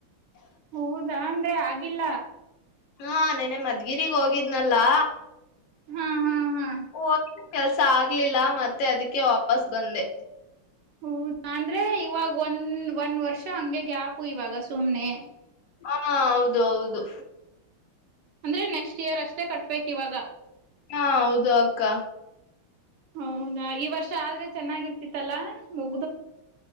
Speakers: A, on the right; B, on the left.
A: ಹೌದಾ ಅಂದ್ರೆ ಆಗಿಲ್ಲ?
B: ಆಂ ನೆನ್ನೆ ಮದ್ಗಿರಿಗ್ ಹೋಗಿದ್ನಲ್ಲಾ,
A: ಹಾ
B: <unintelligible>
A: ಹಾ ಹಾ
B: ಕೆಲ್ಸ ಆಗ್ಲಿಲ್ಲ ಮತ್ತೆ ಅದಕ್ಕೆ ವಾಪಸ್ ಬಂದೆ.
A: ಹೌದಾ ಅಂದ್ರೆ ಇವಾಗ ಒಂದ್ ಒಂದ್ ವರ್ಷ ಹಂಗೆ ಗ್ಯಾಪು ಇವಾಗ ಸುಮ್ನೆ.
B: ಆಂ ಹೌದು ಹೌದು.
A: ಅಂದ್ರೆ ನೆಕ್ಸ್ಟ್ ಇಯರ್ ಅಷ್ಟೇ ಕಟ್ಬೇಕ್ ಇವಾಗ?
B: ಹಾ ಹೌದು ಅಕ್ಕ.
A: <unintelligible> ಅವ್ನಾ ಈ ವರ್ಷ ಆದ್ರೆ ಚೆನ್ನಾಗಿರ್ <unintelligible>